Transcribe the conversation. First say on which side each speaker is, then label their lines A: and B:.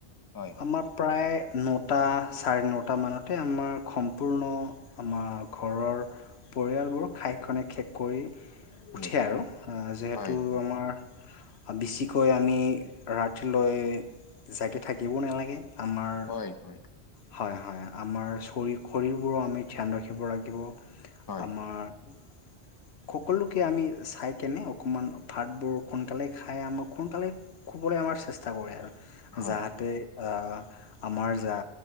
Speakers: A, on the left; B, on the left.
A: হয়।
B: আমাৰ প্ৰায় নটা চাৰে নটা মানতে আমাৰ সম্পূৰ্ণ- আমাৰ ঘৰৰ পৰিয়ালবোৰক খাইখনে শেষ কৰি-
A: হয়,
B: উঠে আৰু, অঁ যিহেতু
A: হয়, হয়,
B: আমাৰ বেছিকৈ আ- আমি ৰাতিলৈ জাগি থাকিবও নেলাগে, আমাৰ-
A: হয় হয়।
B: হয় হয়, আমাৰ শ শৰীৰবোৰো আমি ধ্যান ৰাখিব লাগিব
A: হয়,
B: আমাৰ- সকলোকে আমি চাই কেনে অকমান ভাতবোৰ সোনকালে খাই আমাক সোনকালে- শুবলে আমাৰ চেষ্টা কৰে আৰু
A: হয়,
B: যাহাতে- আ আমাৰ যা